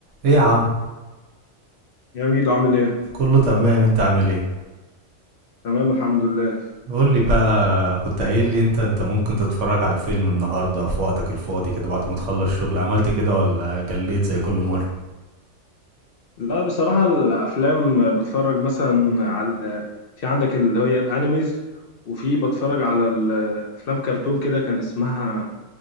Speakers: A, on the right; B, on the left.
A: ايه يا عم
B: يا ميدو عامل ايه؟
A: كله تمام انت عامل ايه
B: تمام الحمد لله
A: قول لي بقى كنت قايل لي انت انت ممكن تتفرج على فيلم النهارده في وقتك الفاضي كده بعد ما تخلص شغل عملت كده ولا جليت زي كل مره
B: لا بصراحة الأفلام بتفرج مثلا على في عندك اللي هي الأنيميز وفي بتفرج على الأفلام كرتون كده كان اسمها